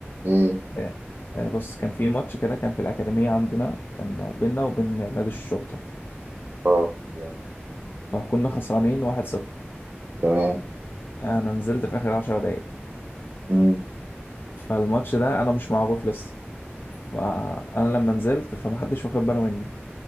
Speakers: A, on the right; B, on the left.
A: ايه
B: إيه. آه، بص كان في ماتش كده كان في الأكاديمية عندنا كان بينا وبين نادي الشرطة
A: اه جامد
B: فكنا خسرانين واحد صفر
A: تمام
B: أنا نزلت في آخر عشر دقايق
A: امم
B: فالماتش ده أنا مش معروف لسه فأنا لما نزلت فمحدش واخد باله مني